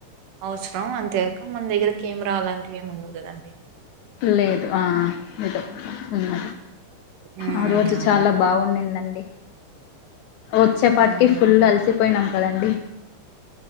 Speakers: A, on the right; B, on the left.
A: <unintelligible> అంతేగాక మన దగ్గర కెమెరా అలాంటివి ఏమి ఉండవు కదండి
B: లేదు ఆ ఇద ఉన్న
A: ఉమ్
B: ఆ రోజు
A: అవును
B: చాలా బాగున్నిందండి. వచ్చేపాటికి
A: ఉమ్
B: ఫుల్ అలిసిపోయినాం, కదండి?